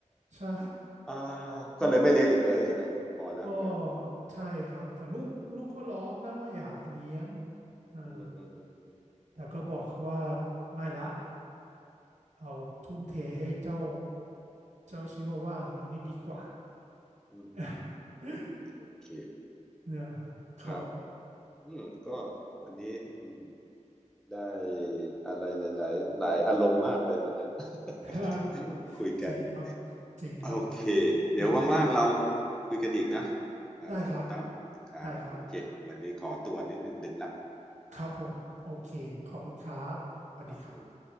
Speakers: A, on the right; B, in the centre.
A: ใช่
B: อ่าก็เลยไม่เลี้ยงอีกเลยใช่ไหมพอละแมว
A: นะก็ใช่ครับแต่ลูกลูกก็ร้องนะว่าอยากเลี้ยง
B: อืม
A: อ่า
B: อืมอืมอืม
A: แต่ก็บอกเขาว่าไม่ละเอาทุ่มเทให้เจ้า
B: อืม
A: เจ้าชิวาว่าของเรานี่ดีกว่า
B: อืม
A: <laughs>
B: โอเค
A: เนี่ยครับ
B: ครับ อืมก็วันนี้อืมได้อะไรหลายๆหลายอารมณ์มากเลยวันเนี้ย <laughs>
A: <laughs>
B: คุยกัน
A: จริงครับจริงครับ
B: โอเคเดี๋ยวว่างๆเรา
A: ดีใจ
B: คุยกันอีกนะอ่าคุณตั้มครับโอเควันนี้ขอตัวนิดนึงดึกละ
A: ได้ครับ ได้ครับ ครับผม โอเค ขอบคุณครับสวัสดีครับ
B: ครับ